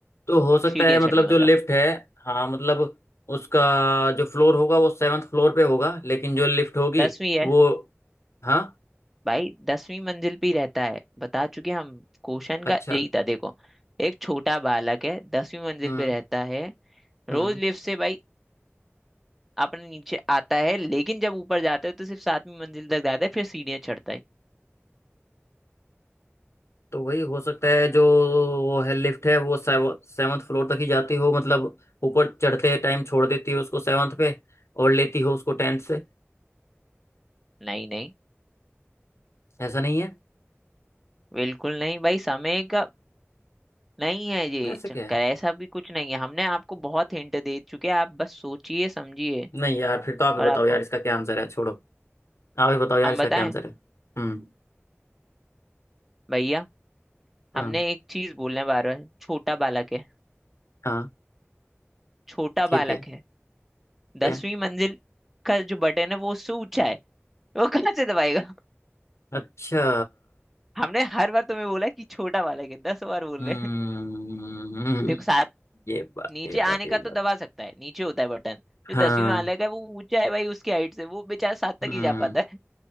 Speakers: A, on the left; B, in the centre.
A: तो हो सकता
B: सीढ़ियां
A: है मतलब
B: चढ़ के मतलब
A: जो लिफ्ट है हाँ मतलब उसका जो फ्लोर होगा वो सेवन्थ फ्लोर पे होगा लेकिन जो लिफ्ट होगी
B: दसवीं है
A: वो हाँ
B: भाई दसवीं मंजिल पे ही रहता है बता चुके हम क्वेश्चन
A: अच्छा
B: का यही था देखो एक छोटा बालक है दसवीं मंजिल
A: हम्म
B: पे रहता है रोज
A: हम्म
B: लिफ्ट से भाई अपने नीचे आता है लेकिन जब ऊपर जाता है तो सिर्फ सातवीं मंजिल तक जाता है फिर सीढ़ियां चढ़ता है
A: तो वही हो सकता है जो वो है लिफ्ट है वो सेवन्थ फ्लोर तक ही जाती हो मतलब ऊपर चढ़ते टाइम छोड़ देती हो उसको सेवन्थ पे और लेती हो उसको टेंथ से
B: नहीं नहीं
A: ऐसा नहीं है
B: बिल्कुल नहीं भाई समय का नहीं है ये
A: ऐसा
B: चक्कर
A: क्या है
B: ऐसा भी कुछ नहीं है हमने आपको बहुत हिंट दे चुके हैं, आप बस सोचिए समझिए
A: नहीं यार फिर तो आप ही
B: और
A: बताओ
B: आपको
A: यार इसका क्या आंसर है छोड़ो आप ही बताओ यार
B: हम
A: इसका
B: बताएं
A: क्या आंसर है हम्म
B: भैया
A: हाँ
B: हमने एक चीज बोलने हैं बार बार छोटा बालक है
A: हाँ
B: छोटा
A: ठीक
B: बालक
A: है
B: है दसवीं
A: ठीक है
B: मंजिल का जो बटन है वो उससे ऊंचा है वो कहाँ से दबाएगा
A: अच्छा
B: <laughs> हमने हर बार तुम्हें बोला कि छोटा बालक है दस बार बोल
A: हम्म
B: रहे हैं <laughs> देखो साथ
A: ये बात
B: नीचे
A: ये बात
B: आने
A: ये
B: का तो
A: बात
B: दबा सकता है नीचे होता है बटन जो
A: हाँ
B: दसवीं बालक है वो ऊंचा है भाई उसकी हाइट से वो बेचारा सात तक
A: हम्म
B: ही जा पाता है